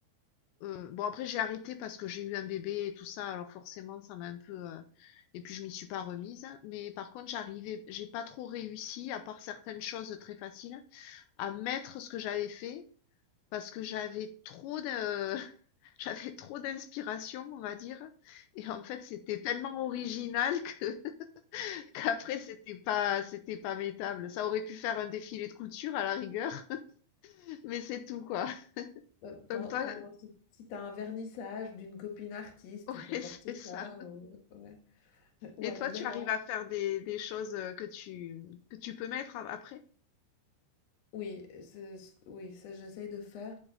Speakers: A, on the left (about 80°); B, on the left (about 55°).
A: Euh, bon, après, j'ai arrêté parce que j'ai eu un bébé et tout ça, alors forcément, ça m'a un peu. euh, Et puis, je m'y suis pas remise. Mais par contre, j'arrivais, j'ai pas trop réussi, à part certaines choses très faciles, à mettre ce que j'avais fait parce que j'avais trop de. <laughs> J'avais trop d'inspiration, on va dire. Et en fait, c'était tellement original que <laughs> qu'après, c'était pas, c'était pas mettable. Ça aurait pu faire un défilé de couture à la rigueur, <laughs> mais c'est tout, quoi.
B: Ouais, quand
A: Donc toi,
B: quand si si tu as un vernissage d'une copine artiste,
A: <laughs> ouais,
B: tu peux porter
A: c'est ça.
B: ça, heu, ouais. Ou
A: Et
B: à
A: toi,
B: Nouvel
A: tu arrives
B: An.
A: à faire des, des choses euh, que tu, que tu peux mettre a- après?
B: Oui, c'est ce oui, ça j'essaye de faire.